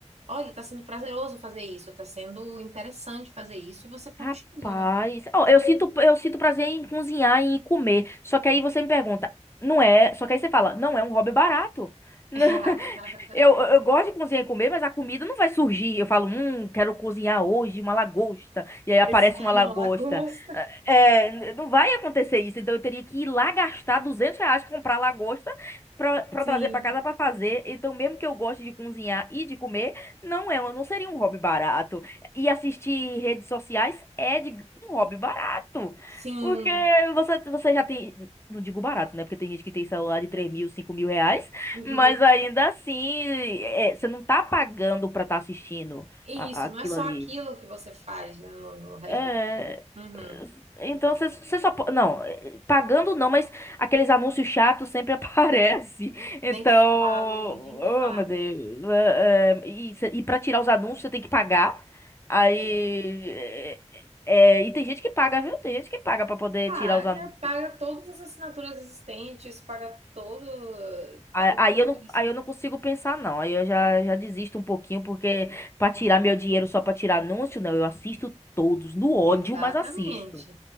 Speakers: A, on the right; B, on the left.
A: olha, tá sendo prazeroso fazer isso, tá sendo interessante fazer isso, e você continua,
B: Rapaz,
A: né?
B: ó, eu sinto, eu sinto prazer em cozinhar e em comer. Só que aí você me pergunta, não é? Só que aí você fala, não é um hobby barato. <laughs>
A: <laughs>
B: Eu, eu, eu gosto de cozinhar e comer, mas a comida não vai surgir. Eu falo, hum, quero cozinhar hoje uma lagosta. E aí aparece
A: Exato,
B: uma lagosta.
A: <laughs> uma lagosta.
B: É, n- não vai acontecer isso. Então eu teria que ir lá gastar 200 reais comprar lagosta pra, pra
A: Sim,
B: trazer pra casa pra fazer. Então, mesmo que eu goste de cozinhar e de comer, não é, um- não seria um hobby barato. E assistir redes sociais é de, um hobby barato.
A: sim.
B: Porque você, você já tem. Não digo barato, né? Porque tem gente que tem celular de 3 mil, 5 mil reais.
A: <laughs>
B: Mas ainda assim, é, você não tá pagando pra estar assistindo
A: Isso,
B: a- aquilo
A: não é só
B: ali.
A: aquilo que você faz, né, no, no resto
B: É,
A: do dia. Uhum.
B: então você você só. po- Não, é, pagando não, mas aqueles anúncios chatos sempre <laughs> aparecem.
A: Nem
B: Então.
A: fale, nem
B: Oh,
A: fale.
B: meu Deus. é, é, e, cê- e pra tirar os anúncios, você tem que pagar. Aí.
A: É.
B: é, é, e tem gente que paga, viu? Tem gente que paga pra poder
A: Paga,
B: tirar os anúncios.
A: paga todas as assinaturas existentes, paga todo,
B: Aí
A: paga
B: aí
A: tudo
B: eu não,
A: isso.
B: aí eu não consigo pensar, não. Aí eu já, já desisto um pouquinho, porque pra tirar meu dinheiro só pra tirar anúncio, não. Eu assisto todos, no ódio,
A: Exatamente.
B: mas assisto.